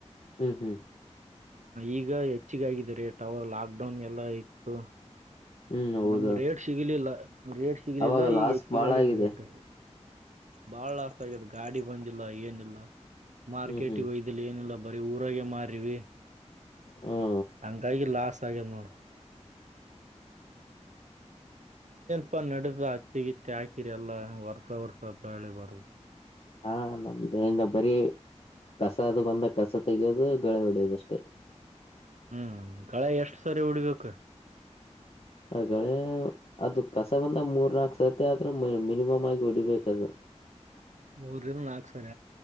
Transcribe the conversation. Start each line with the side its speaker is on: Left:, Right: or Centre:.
Left: ಹ್ಮ್ ಹ್ಮ್
Right: ಈಗ ಹೆಚ್ಚಿಗಾಗಿದೆ ರೇಟ್ ಅವ ಲಾಕ್ ಡೌನ್ ಎಲ್ಲ ಇತ್ತು
Left: ಹ್ಮ್ ಹೌದು
Right: ನಮ್ಗೆ ರೇಟ್ ಸಿಗಲಿಲ್ಲ ರೇಟ್ ಸಿಗ್ಲಿಲ್ಲ
Left: ಅವಾಗ ಲಾಸ್
Right: ಈಗ ಎಕ್ತಿಗ
Left: ಬಾಳ
Right: ಆಗ್ಯದ
Left: ಆಗಿದೆ
Right: ರೇಟ್ ಬಾಳ ಆಸ್ತ ಆಗಿದೆ ಗಾಡಿ ಬಂದಿಲ್ಲ ಏನಿಲ್ಲ ಮಾರ್ಕೆಟಗ
Left: ಹ್ಮ್ ಹ್ಮ್
Right: ಹಯ ಲ್ಲಿ ಏನಿಲ್ಲ ಬರೀ ಊರಾಗ ಮಾರವಿ
Left: ಹ
Right: ಹಂಗಾಗಿ ಲಾಸ್ ಆಗ್ಯಿದೆ ನೋಡು ಪಪ್ಪ ನಡಸ ಅತ್ತಗಿತ್ತ ಹಾಕಿರಿ ಎಲ್ಲ ವರ್ಸ ವರ್ಷ ಬಳೆ ಬರು
Left: ಹಾ ನಮ್ದಿಂದ ಬರೀ ಕಸ ಅದು ಬಂದ ಕಸ ತೆೆಗೆಯೋದು ಳೆ ಹೊಡೆಯೋದಷ್ಟೇ
Right: ಹ್ಮ್ ಗಳೆ ಎಷ್ಟು ಸರಿ ಉಡ್ಬೇಕ
Left: ಅಗಳೆ ಅದು ಕಸ ಬಂದ ಮೂರ್ ನಾಲ್ಕು ಸರ್ತಿ ಆದ್ರೂ ಮಿನಿಮಮ್ ಆಗಿ ಹೊಡಿಬೇಕಾದ್ರ
Right: ಮೂರರಿಂದ ನಾಲ್ಕು ಸರ